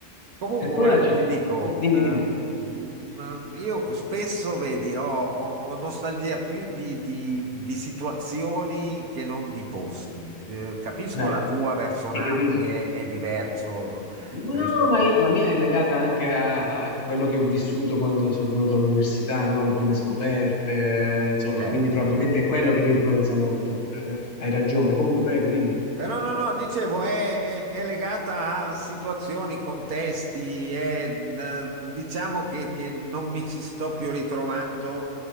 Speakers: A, on the right; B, on the left.
A: Comunque,
B: E poi
A: guarda,
B: la città.
A: ti dico,
B: Dimmi,
A: eh,
B: dimmi.
A: mh, io spesso, vedi, ho, ho- ho nostalgia più di, di- di situazioni che non di posti. Eh, capisco
B: Beh,
A: la tua verso
B: ti
A: Napoli
B: capisco.
A: è, è diverso
B: No,
A: rispetto...
B: ma io- la mia è legata anche a, a quello che ho vissuto quando sono venuto all'università, no? Le prime scoperte, eh, insomma,
A: Certo,
B: quindi probabilmente
A: certo.
B: è quello che mi influenza molto pure. eh. Hai ragione. Comunque, prego, dimmi.
A: Però no, no, dicevo, è, è- è legata a situazioni, contesti, è, eh, diciamo che, che non mi ci sto più ritrovando